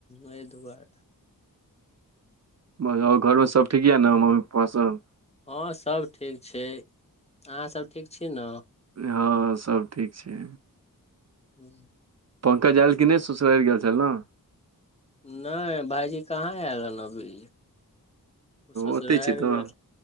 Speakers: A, on the left; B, on the right.
A: ओ दुवरे
B: आओर घरमे सभ ठीक यऽ ने मम्मी पप्पा सभ?
A: हँ, सभ ठीक छै। अहाँ सभ ठीक छी ने
B: हँ, सभ ठीक छै।
A: हू।
B: पंकज आयल कि नहि ससुरारि गेल छल ने।
A: नहि भायजी कहाँ आयल हन अभी ओ ससुरबि
B: ओतै छै तऽ
A: गेल